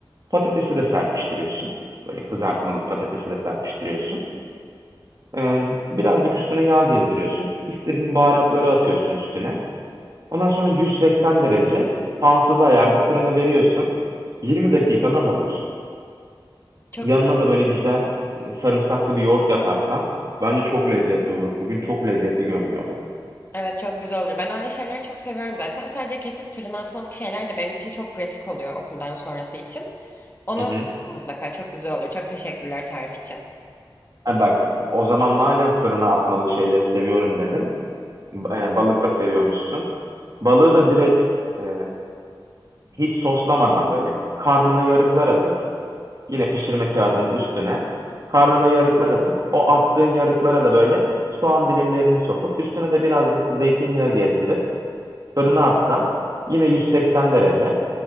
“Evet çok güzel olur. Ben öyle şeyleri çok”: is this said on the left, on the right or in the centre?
Left